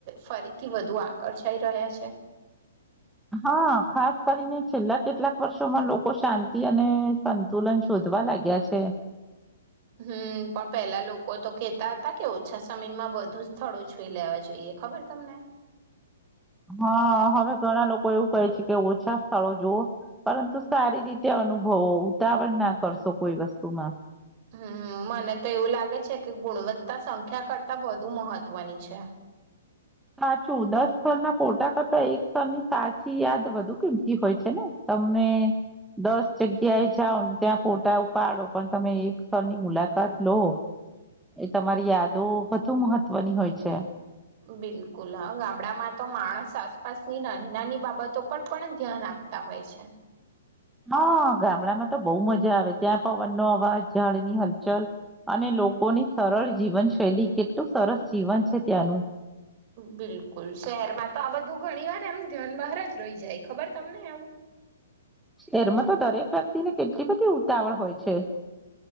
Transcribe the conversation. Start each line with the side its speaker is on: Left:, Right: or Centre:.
Right: ફરીથી વધુ આકર્ષાઈ રહ્યા છે
Centre: હા ખાસ કરીને છેલ્લા કેટલાક વર્ષોમાં લોકો શાંતિ અને સંતુલન શોધવા લાગ્યા છે
Right: હમ પણ પેલા લોકો તો કેતા હતા કે ઓછા સમયમાં બધુ સ્થળો જોઈ લેવા જોઈએ ખબર તમને
Centre: હા હવે ઘણા લોકો એવું કહે છે કે ઓછા સ્થળો જુવઓ પરંતુ સારી રીતે અનુભવો ઉતાવળ ના કરશો કોઈ વસ્તુમાં
Right: હમ મને તો એવું લાગે છે કે ગુણવત્તા સંખ્યા કરતા વધુ મહત્વની છે
Centre: સાચું દસ સ્થળના ફોટા કરતા એક સ્થળની સાચી યાદ વધુ કિંમતી હોય છે ને તમને દસ જગ્યાએ છા ત્યાં ફોટા ઉપાડો પણ તમે એક સ્રની મુલાકાત લો એ તમારી યાદો કતું ની હોય છે
Right: બિલકુલ હ ગામડામાં તો માણસ આસપાસની નાની નાની બાબતો પર પણ ધ્યાન આપતા હોય છે
Centre: હા ગામડામાં તો બહુ મજા આવે ત્યાં પવનનો અવાજ ઝાડની હલચલ અને લોકોની સરળ જીવનશૈલી કેટલું સરસ જીવન છે ત્યાંનું
Right: બિલકુલ શહેરમાં તો આ બધું ઘણી વાર એમ ધ્યાન બહાર જ રહી જાય ખબર તમને આવું
Centre: એેરમાં તો દરેક વ્યક્તિને કેટલી બધી ઉતાવળ હોય છે